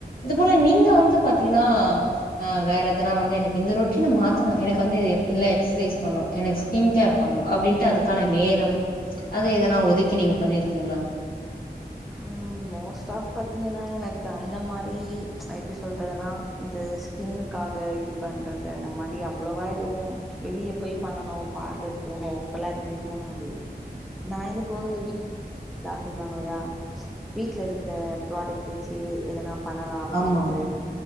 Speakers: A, on the left; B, in the centre.
A: இது போல் நீங்க வந்து பாத்தீங்கன்னா ன ஆஹ் வேற எதனா வந்து எனக்கு இந்த ரொட்டின மாத்தணும் எனக்கு வந்து இல்ல எக்ஸசைஸ் பண்ணும் எனக்கு ஸ்கின் கேர் பண்ணும் அப்டின்ட்டு அதுக்கான நேரம் அது எதனா ஒதுக்கி நீங்க பண்ணிருக்கீங்ளா
B: உம் மோஸ்ட் ஆப் பாத்தீங்கன்னா எனக் க அந்த மாரி எப்டி சொல்றதுனா இந்த ஸ்கின்னுக்காக இது பண்றது அந்த மாரி அவ்ளவா எதுவும் வெளிய போய் பண்ணனும் பார்லர் போணும் அப்பல்லாம் எதுமே தோணாது நான் என்ன <unintelligible> சொல்லுவாங்கையா வீட்ல இருக்க ப்ராடக்ட் வச்சு எதனா பண்ணலாம் அப்டின்ட்டு
A: ஆமா.